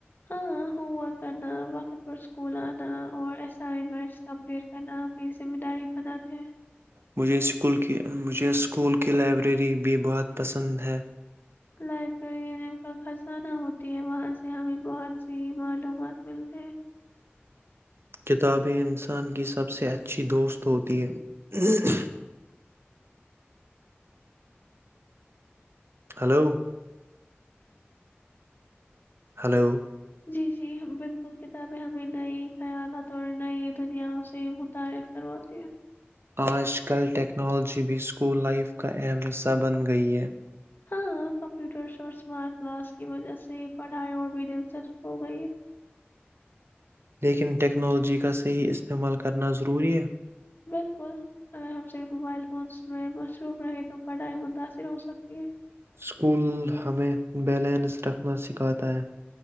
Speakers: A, on the left (about 50°); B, on the right (about 70°).
A: ہاں ہوم ورک کرنا وقت پر اسکول آنا اور اسائنمنٹس کمپلیٹ کرنا اپنی ذمہ داری بناتے
B: مجھے اسکول کی مجھے اسکول کی لائبریری بھی بہت پسند ہے
A: لائبریری خزانہ ہوتی ہے وہاں سے ہمیں بہت سی معلومات ملتے ہیں
B: کتابیں انسان کی سب سے اچھی دوست ہوتی ہیں ہلو <unintelligible> ہلو
A: جی جی بالکل کتابیں ہمیں نئی خیالت اور نئی دنیاؤ سے متعارف کرواتی ہیں
B: آج کل ٹیکنالوجی بھی اسکول لائف کا اہم حصہ بن گئی ہے
A: ہاں کمپیوٹرس اور اسمارٹ کلاس کی وجہ سے پڑھائی اور بھی دلچسپ ہو گئی ہے
B: یکن ٹیکنالوجی کا صحیح استعمال کرنا ضروری ہے
A: بالکل اگر ہم صرف موبائل فونس میں مصروف رہیں تو پڑھائی متاثر ہو سکتی ہے
B: اسکول ہمیں بیلنس رکھنا سکھاتا ہے